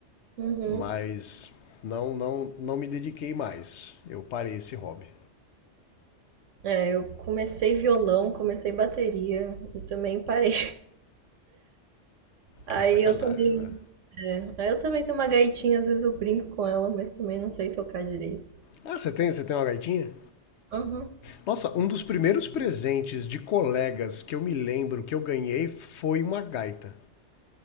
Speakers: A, on the right (about 80°); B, on the left (about 70°).
A: Uhum.
B: Mas não, não, não me dediquei mais. Eu parei esse hobby.
A: É, eu comecei violão, comecei bateria e também parei. Aí
B: É sacanagem,
A: eu também,
B: né?
A: é, aí eu também tenho uma gaitinha, às vezes eu brinco com ela, mas também não sei tocar direito.
B: Ah, você tem, você tem uma gaitinha?
A: Aham.
B: Nossa, um dos primeiros presentes de colegas que eu me lembro que eu ganhei foi uma gaita.